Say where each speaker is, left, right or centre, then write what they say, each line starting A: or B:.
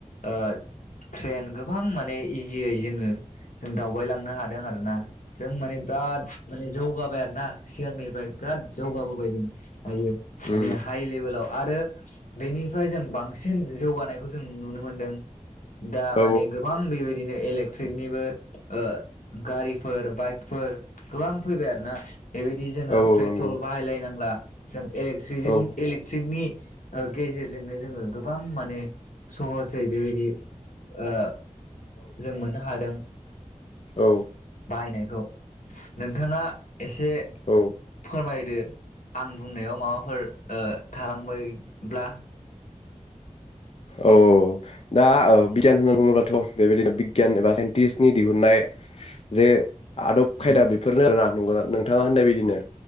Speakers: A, on the left; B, on the left.
A: ओ ट्रेन गोबां माने इजियै जोङो जों दावबायलांनो हादों आरोना। जों माने बिराद माने जौगा आरो ना। सिगांनिफ्राय बिराद जौगाबोबाय जों। हायो माने
B: उम
A: हाइ लेभेलाव आरो‌। बेनिफ्राय जों बांसिन जौगानायखौ‌। जों नुनो मोनदों। दा
B: औ
A: माने गोबां बेबायदि। दिनो इलेक्ट्रिकनिबो ओ गारिफोर बाइकफोर गोबां फैबाय आरो ना। बेबायदि जोङो
B: औ
A: पेट्रल
B: नंगौ
A: बाहायलायनांला। <inaudible> इलेक्ट्रिजों
B: औ
A: इलेक्ट्रिकनि। ओ गेजेरजोंनो जोङो गोबां माने। सहजै बेबायदि ओ जों मोननो हादों।
B: औ
A: बाहायनायखौ। नोंथाङा। एसे
B: औ
A: फोरमायदो। आं बुंनायाव माबाफोर ओ। थालांबायब्ला।
B: औ दा बिगियान होनना बुङोब्लाथ' बेबायदिनो बिगियान एबा साइन्टिस्टनि दिहुननाय जे। आदब खायदा
A: उम
B: बेफोरनो आरोना नंगौना नोंथाङा होननाय बदिनो